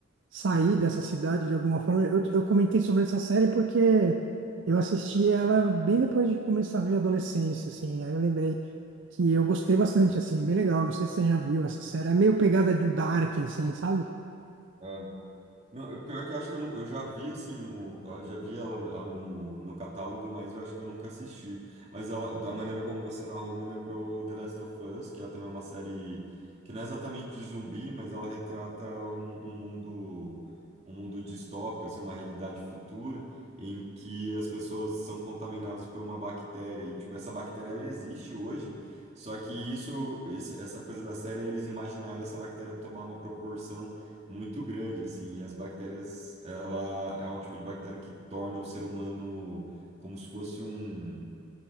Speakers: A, on the right; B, on the right.
A: sair dessa cidade de alguma forma. Eu, eu comentei sobre essa série porque eu assisti ela bem depois de começar a ver a adolescência, assim. Aí eu lembrei que eu gostei bastante, assim, bem legal. Não sei se você já viu essa série. É meio pegada do Dark, assim, sabe?
B: Ah. Não, eu- pior que eu acho que eu, não, eu já vi assim, o, eu já vi ela, ela no, no catálogo, mas eu acho que eu nunca assisti. Mas ela, da maneira como você narrou, me lembrou The Last of Us, que é também uma série que não é exatamente de zumbi, mas ela retrata um, um mundo um mundo distópico, assim, uma realidade futura em que as pessoas são contaminadas por uma bactéria e tipo essa bactéria ela existe hoje, só que isso esse- essa coisa da série é eles imaginarem essa bactéria tomar uma proporção muito grande, assim, e as bactérias, ela é um tipo de bactéria que torna o ser humano como se fosse um,